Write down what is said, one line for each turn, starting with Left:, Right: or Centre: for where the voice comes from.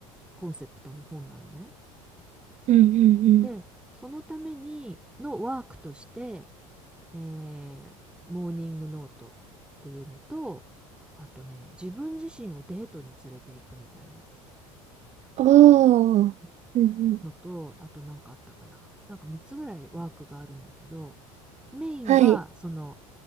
Centre: コンセプトの本なのね。
Right: うんう
Centre: で、
Right: ん
Centre: そのためにのワークとして、えーモーニングノートっていうのと、あとね、自分自身をデートに連れて行くみたいな
Right: うん。ああ、
Centre: うん
Right: うんうん。
Centre: のと、あとなんかあったかな。なんか3つぐらいワークがあるんだけど、メインがその
Right: はい。